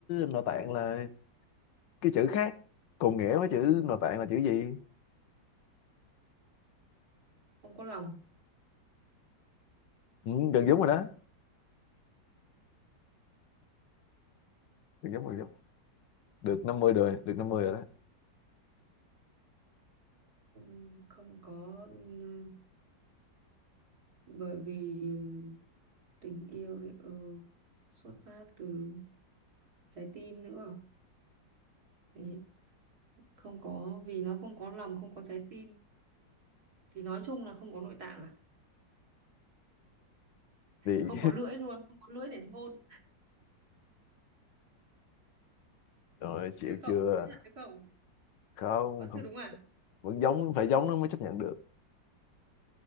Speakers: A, on the left (about 75°); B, on the right (about 55°).
A: nội tạng là cái chữ khác cùng nghĩa với chữ nội tạng là chữ gì
B: không có lòng
A: ừ, gần giống rồi đó gần giống gần giống được 50 rồi được 50 rồi đó
B: không không có ừm, bởi vì ừm, tình yêu thì ờ, xuất phát từ trái tim nữa Thế nhỉ? không có vì nó không có lòng không có trái tim thì nói chung là không có nội tạng à
A: vì
B: không có lưỡi luôn không có lưỡi để hôn
A: <laughs> rồi chịu
B: được không
A: chưa
B: chấp nhận được không
A: không
B: vẫn
A: không
B: chưa đúng à
A: vẫn giống phải giống nó mới chấp nhận được